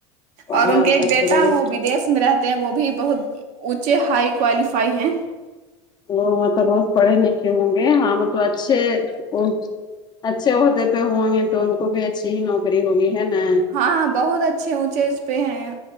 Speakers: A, on the left; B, on the right.
A: واہ
B: اور ان کے ایک
A: تب
B: بیٹا
A: تو بڑے
B: وہ ودیش میں رہتا وہ بھی بہت اونچے ہائی کوالیفائی ہیں
A: وہ مطلب بہت پڑھے لکھے ہوں گے ہاں مطلب اچھے اونچے اچھے عہدے پہ ہوں گے تو ان کو بھی اچھی ہی نوکری ہوگی ہے نا
B: ہاں ہاں بہت اچھے اونچے اس پہ ہیں